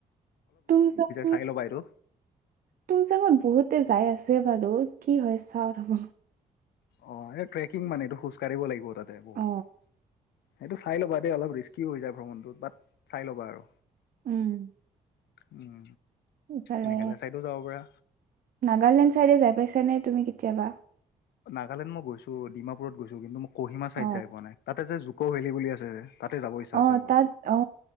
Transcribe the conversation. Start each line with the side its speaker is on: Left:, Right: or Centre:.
Right: তুমযা কোন
Left: চাই ল'বা এইটো
Right: তুমজাগত বহুতে যাই আছে বাৰু কি হয় চাওঁ ৰ'ব।
Left: অ, এই ট্ৰেকিং মানে এইটো খোজ কঢ়িব লাগিব তাতে বহুত।
Right: অ',
Left: সেইটো চাই ল'বা দেই অলপ ৰিস্কিও হৈ যায় ভ্ৰমণটো বাট চাই ল'বা আৰু।
Right: উম,
Left: উম,
Right: ইফালে
Left: মেঘালয় চাইডো যাব পাৰা
Right: নাগালেণ্ড চাইডে যাই পাইছানে তুমি কেতিয়াবা।
Left: নাগালেণ্ড মই গৈছো ডিমাপুৰত গৈছো কিন্তু ম কহিমা চাইড
Right: অ',
Left: যাই পোৱা নাই, তাতে যে জুকো ভেলী বুলি আছে। তাতে যাব ইচ্ছা
Right: অ,
Left: আছে ৰ'বা
Right: তাত অ,